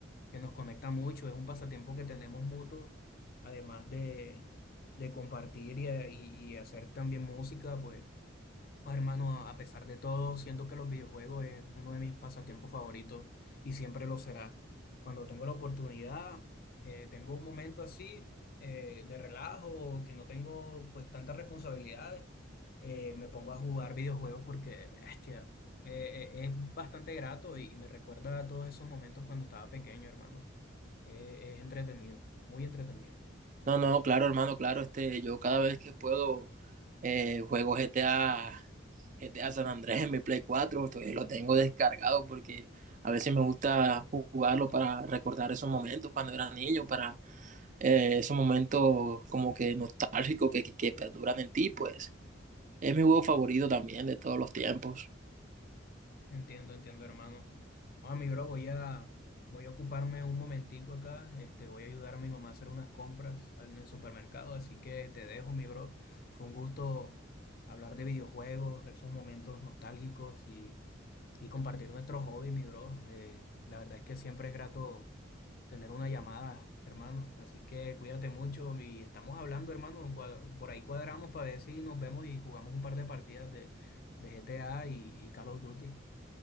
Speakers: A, on the left; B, on the right.
A: que nos conecta mucho, es un pasatiempo que tenemos mutuo, además de, de compartir y, y- y hacer también música, pues. Ah, Hermano, a a pesar de todo, siento que los videojuegos es uno de mis pasatiempos favoritos y siempre lo será. Cuando tengo la oportunidad, eh, tengo un momento así eh, de relajo, o que no tengo pues tantas responsabilidades, eh, me pongo a jugar videojuegos porque, bestia, eh, eh, es bastante grato y, y me recuerda a todos esos momentos cuando estaba pequeño, hermano. Eh, es entretenido, muy entretenido.
B: No, no, claro, hermano, claro, este, yo cada vez que puedo eh, juego G T A G T A San Andrés en mi Play cuatro todavía lo tengo descargado porque a veces me gusta jugarlo para recordar esos momentos cuando era niño, para eh, esos momentos como que nostálgicos que, que, que perduran en ti, pues. Es mi juego favorito también de todos los tiempos.
A: Entiendo, entiendo, hermano. Ah, mi bro, voy a, voy a ocuparme un momentico acá. Este, voy a ayudar a mi mamá a hacer unas compras al- en el supermercado, así que te dejo, mi bro. Fue un gusto hablar de videojuegos, esos momentos nostálgicos y, y compartir nuestros hobbies, mi bro. Eh, la verdad es que siempre es grato tener una llamada, hermano. Así que cuídate mucho y estamos hablando, hermano. Cua- Por ahí cuadramos para ver si nos vemos y jugamos un par de partidas de, de GTA y, y Call of Duty.